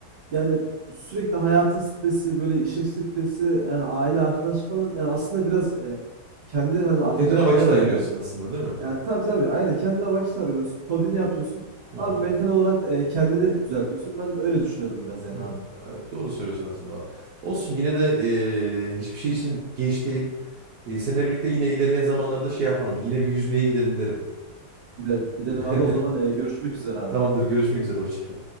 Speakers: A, on the right (about 35°); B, on the right (about 70°).
A: Yani sürekli hayatın stresi, böyle işin stresi, yani aile, arkadaş falan yani aslında biraz e, kendini hani atacak
B: Kendine vakit
A: bir yer arıyor.
B: ayırıyorsun aslında değil mi?
A: Yani tabii tabii aynen kendine vakit arıyorsun. Hobini yapıyorsun.
B: Hı
A: Abi
B: hı.
A: mental olarak e, kendini düzeltiyorsun. Ben öyle düşünüyorum biraz yani
B: Evet,
A: abi.
B: evet doğru söylüyorsun aslında. Olsun yine de eee, hiçbir şey için geç değil. Eee, seninle
A: Evet.
B: birlikte yine ilerleyen zamanlarda şey yaparım. Yine bir yüzmeye gidelim derim.
A: Gidelim. Gidelim
B: <laughs>
A: abi o zaman e, görüşmek üzere abi.
B: Tamamdır, görüşmek üzere. Hoşça kal.